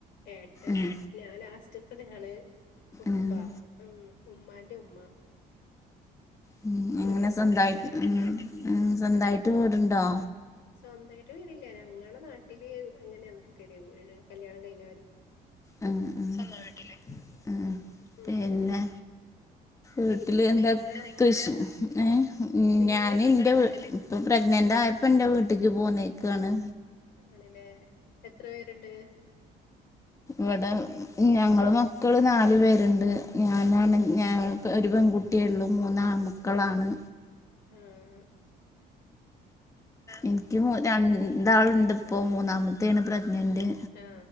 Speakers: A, on the left (about 85°); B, on the left (about 20°).
A: ഏട്ടൻ,
B: ഉം
A: ഞാൻ ലാസ്റ്റത്ത ആണ്, ഉപ്പ.
B: ഉം
A: ഉം ഉമ്മാന്റെ ഉമ്മ.
B: ഉ
A: ഇത്ര
B: എങ്ങനെ
A: പേര്
B: സ്വന്തയി
A: എന്റെ വീട്ടിൽ
B: ഉം സ്വന്തായിട്ട് വീട്ണ്ടോ?
A: സ്വന്തായിട്ട് വീടില്ല ഞങ്ങൾ നാട്ടില് അങ്ങനാ നിക്കല് കല്യാണം കഴിഞ്ഞലും.
B: ആ ആ സ്വന്തം വീട്ടില് പിന്നെ
A: ഉം
B: വീട്ടില്
A: പിന്നെ
B: എന്താ
A: നിങ്ങളെയോ
B: <unintelligible> ഏ
A: നിങ്ങളെ
B: ഞാന്
A: വീട്ടില്
B: ന്റെ ഇപ്പൊ പ്രഗ്നന്റ് ആയപ്പോ ന്റെ വീട്ടിക്ക് പോന്നേക്കാണ്.
A: ആണ് ലേ എത്ര പേരുണ്ട്?
B: വടെ ഞങ്ങള് മക്കള് നാലു പേരുണ്ട്. ഞാനാണ് ഞ ഒരു പെൺകുട്ടിയേള്ളൂ. മൂന്നാ ആമക്ക ക്കളാണ്
A: ആഹ
B: എനിക്ക് രണ്ടളുണ്ട് ഇപ്പോ മൂന്നാമത്തെയാണ് പ്രഗ്നന്റ്.
A: ആ